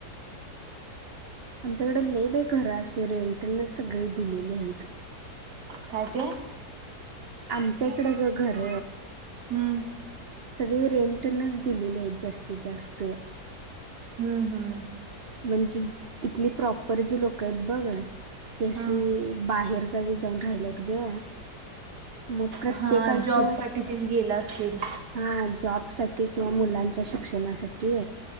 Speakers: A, on the right; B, on the right.
A: आमच्याकडे लय बाई घर असे रेंटनेच सगळी दिलेली आहेत.
B: काय ते?
A: आमच्या इकडं ग घर
B: हम्म.
A: सगळे रेंटनच दिलेले आहेत जास्तीत जास्त.
B: हम्म हम्म.
A: म्हणजे इथली प्रॉपर जी लोक आहेत बघ ती आशी
B: हा
A: बाहेर गावी जाऊन राहिलेत ग मग प्रत्येकांच
B: हा जॉब साठी तेन गेला असेल.
A: हा जॉबसाठी किंवा मुलांच्या शिक्षणासाठी